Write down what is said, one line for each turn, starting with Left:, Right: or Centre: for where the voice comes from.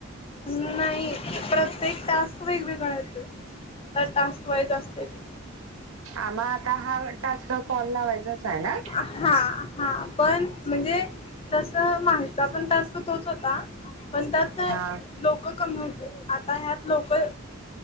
Left: उन् नाही प्रत्येक टास्क वेगवेगळा येतोय. तर टास्क वाईज असतय ते
Right: आ म आता हा टास्क कॉल लावायचाच
Left: अ
Right: आहे ना
Left: हा. हा पण म्हणजे तस <unintelligible> पण टास् तो तोच होता. पण त्यात
Right: हा
Left: लोक कमी हू आता ह्या त लोक,